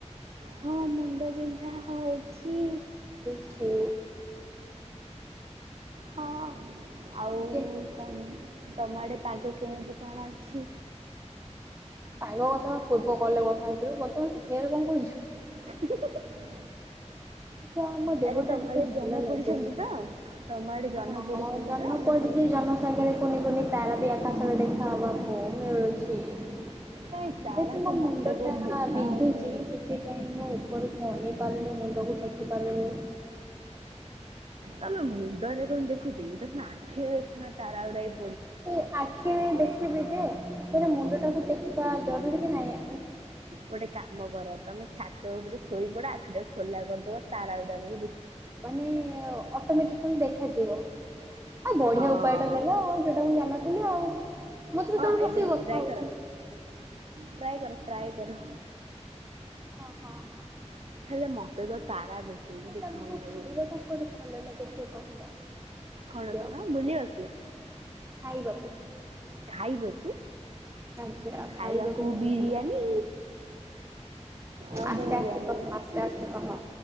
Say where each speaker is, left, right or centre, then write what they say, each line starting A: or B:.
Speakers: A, on the right; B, on the right.
A: ହଁ ମୁଣ୍ଡବିନ୍ଧା ହଉଛି।
B: ଛି।
A: ହଁ ଆଉ
B: ସାଙ୍ଗ
A: ତମ୍ ତମ ଆଡ଼େ ପାଗ କେମିତି କଣ ଅଛି?
B: ପାଗ କଥା ବା ପୂର୍ବ କଲ୍ ରେ କଥା ହେଇଥିଲୁ <unintelligible> ଫେରେ କଣ କହୁଛୁ।
A: <inaudible>
B: ସେ ଆମ ଦେହ
A: ଆରେ
B: ଟା
A: ତମ
B: ଟିକେ
A: ଆଡ଼େ
B: ଭଲ
A: ଜହ୍ନ
B: ଲାଗୁନି,
A: ପୋଡ଼ିଛନ୍ତି ତ ତମ ଆଡ଼େ ଜହ୍ନ
B: ହଁ
A: ପୋଡ଼ିଛନ୍ତି
B: ଜହ୍ନ
A: ତ
B: ପଡ଼ି ଚି ଜହ୍ନ ସାଙ୍ଗେରେ କୁନି-କୁନି ତାରା ବି ଆକାଶରେ ଦେଖା ହବାକୁ ମିଳୁଛି। ଯେହେତୁ
A: କାହିଁ ତାରା ତ
B: ମୋ
A: ମତେ
B: ମୁଣ୍ଡ
A: କୋଉଠି
B: ଟା
A: ଦେଖା
B: ବିନ୍ଧୁଛି,
A: ହଉନି
B: ସେଥି ପାଇଁ ମୁଁ ଉପରକୁ ଅନେଇ ପାରୁନି, ମୁଣ୍ଡକୁ ଟେକି ପାରୁନି।
A: ତମେ ମୁଣ୍ଡରେ କଣ ଦେଖୁଛ କି, ତମେ ଆଖିରେ ଦେଖୁନ ତାରାଗୁରା ଏଇ
B: ସେ ଆଖିରେ ଦେଖିବି ଯେ, ମୁଣ୍ଡ ଟାକୁ ଟେକିବା ଜରୁରୀ କି ନାଇଁ?
A: ଗୋଟେ କାମ କର ତମେ ଛାତ ଉପରେ ଶୋଇପଡ, ଆଖି ଟାକୁ ଖୋଲା କରିଦବ ତାର ଗୁରାକୁ
B: ମାନେ ଅଟୋମେଟିକାଲି ଦେଖାଯିବ। ଆଉ ବଢିଆ
A: ହଁ
B: ଉପାୟଟା ଦେଲ ଆଉ, ଯୋଉଟା ମୁଁ ଜାଣିନଥିଲି ଆଉ। ମୁଁ ତ ସେତବଳୁ
A: ହଁ
B: ବସିକି
A: ଏବେ
B: କଥା
A: ଟ୍ରାଏ
B: ହଉଛି।
A: କର ଟ୍ରାଏ କର-ଟ୍ରାଏ କର।
B: ହଁ-ହଁ-ହଁ।
A: ହେଲେ ମତେ ତ ତାରା ଗୋଟେ ବି
B: ଆଉ
A: ଦେଖାହଉନାହାତି।
B: ତମକୁ ଖାଇବାକୁ କଣ ଭଲ ଲାଗେ ଟିକେ କହିଲ ଖାଦ୍ୟ
A: କଣ-କଣ ବୁଲିବାକୁ?
B: ଖାଇବାକୁ।
A: ଖାଇବାକୁ,
B: ଆଚ୍ଛା
A: ଖାଇବାକୁ
B: କଣ
A: ବିରିୟାନୀ।
B: ଭଲ
A: ଆଁ
B: ଆସ୍ତେ
A: ବିରିୟାନୀ
B: ଆସ୍ତେ କହ ଆସ୍ତେ ଆସ୍ତେ କହ